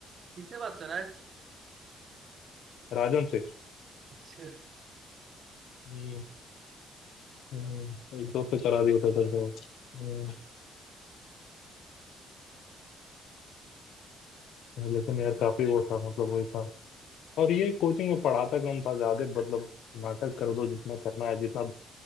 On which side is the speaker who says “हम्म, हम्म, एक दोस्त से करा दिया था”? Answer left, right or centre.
Left